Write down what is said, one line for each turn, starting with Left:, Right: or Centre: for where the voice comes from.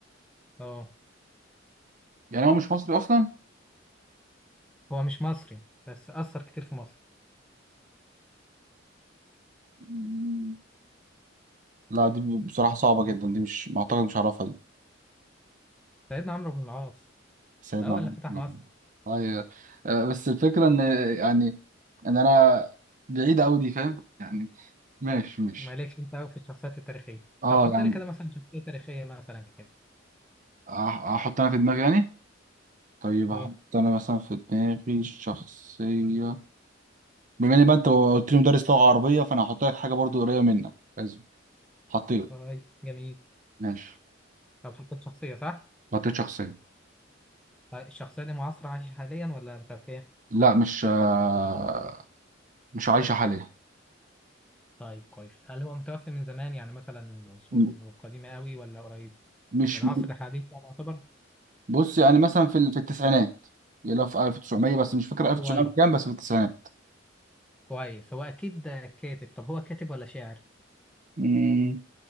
Centre: اه
Right: يعني هو مش مصري أصلا؟
Centre: هو مش مصري بس اثر كتير في مصر
Right: مم. لا دي بصراحة صعبة جدا دي مش ما أعتقد مش هعرفها دي
Centre: سيدنا عمرو بن العاص
Right: سيدنا
Centre: ده اول
Right: عمر
Centre: اللي فتح مصر
Right: ايوه آه، بس الفكره ان يعني ان انا بعيده قوي دي فاهم يعني ماشي ماشي
Centre: مالكش انت قوي في الشخصيات التاريخيه
Right: اه
Centre: طب حط
Right: يعني
Centre: لي كده مثلا شخصيه تاريخيه مثلا كده
Right: أح- احط انا في دماغي يعني طيب احط
Centre: اه
Right: انا مثلا في دماغي شخصيه بما ان بقى انت قلت لي مدرس لغه عربيه فانا هحط لك حاجه برضو قريبه منك لازم حطيت
Centre: طيب جميل
Right: ماشي
Centre: طب حطيت شخصيه صح
Right: حطيت شخصيه
Centre: طيب الشخصيه دي معاصره عايشه حاليا ولا متوفيه
Right: لا مش آه، مش عايشه حاليا
Centre: طيب كويس هل هو متوفي من زمان يعني مثلا العصور
Right: م-
Centre: القديمه قوي ولا قريب
Right: مش
Centre: من العصر الحديث يعني يعتبر
Right: بص يعني مثلا في ال- في التسعينات يلا في 1900 بس مش فاكر 1900
Centre: كويس
Right: كام بس في التسعينات
Centre: كويس هو اكيد كاتب طب هو كاتب ولا شاعر
Right: مم.